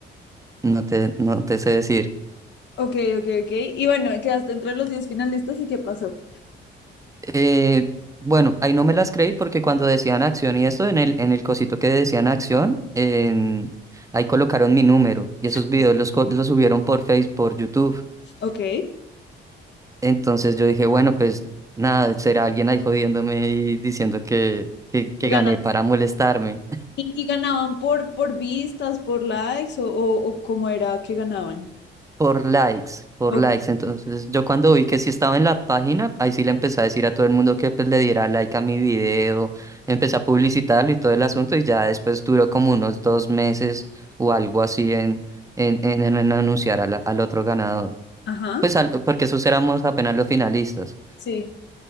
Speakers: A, on the right; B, on the left.
A: no te, no te sé decir.
B: Ok, ok, ok. Y bueno, quedaste entre los 10 finalistas y ¿qué pasó?
A: Eh, bueno, ahí no me las creí porque cuando decían acción y esto, en el, en el cosito que decían acción, en- ahí colocaron mi número y esos
B: Sí.
A: videos los, co- los subieron por Facebook, por YouTube.
B: Ok.
A: Entonces yo dije, bueno, pues nada, será alguien ahí jodiéndome y diciendo que, que, que
B: Ganaron.
A: gané para molestarme.
B: ¿Y, y ganaban por, por vistas, por likes o, o, o cómo era que ganaban?
A: Por likes, por
B: O-
A: likes. Entonces, yo cuando vi que sí estaba en la página, ahí sí le empecé a decir a todo el mundo que pues, le diera like a mi video, empecé a publicitarlo y todo el asunto, y ya después duró como unos dos meses o algo así en, en, en, en- en anunciar a la- al otro ganador.
B: Ajá,
A: Pues al- porque esos éramos apenas los finalistas.
B: Sí.